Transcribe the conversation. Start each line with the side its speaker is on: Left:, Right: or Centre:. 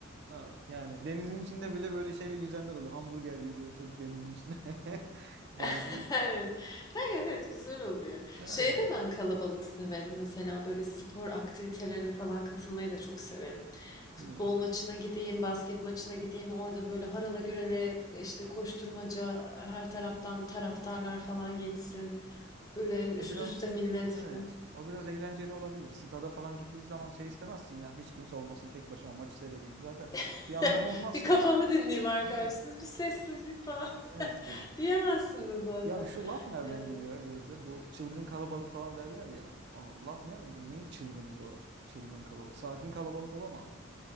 Right: Ha, yani denizin içinde bile böyle şeyle yüzenler oluyor. Hamburger yiyor deniz, çocuk denizin içinde. <laughs> Yani,
Left: <laughs>
Right: öyle-
Left: Evet. Ay, evet, güzel oluyor.
Right: yani.
Left: Şeyi de ben kalabalık severim. Mesela böyle spor aktivitelerine falan katılmayı da çok severim. Futbol
Right: Hmm.
Left: maçına gideyim, basket maçına gideyim. Orada böyle harala gürele işte koşturmaca her taraftan taraftarlar falan geçsin. Böyle hani
Right: O
Left: üst
Right: biraz
Left: üste millet
Right: evet.
Left: falan.
Right: O biraz eğlenceli olabilir. Stada falan gittiği zaman şey istemezsin ya. Hiç kimse olmasın tek başıma maçı seyredeyim. Zaten
Left: <laughs>
Right: bir anlamı olmaz
Left: Bir
Right: ki
Left: kafamı
Right: ya.
Left: dinleyeyim arkadaşlar.
Right: Ha,
Left: Bir sessizlik falan.
Right: Evet
Left: <laughs>
Right: ya.
Left: Diyemezsin de zaten.
Right: Ya şu laf nereden
Left: Yani
Right: geliyor ya Gözde? Bu çılgın kalabalık falan derler ya. O laf nereden geliyor? Niye çılgın diyorlar? Çılgın kalabalık. Sakin kalabalık olamaz mı?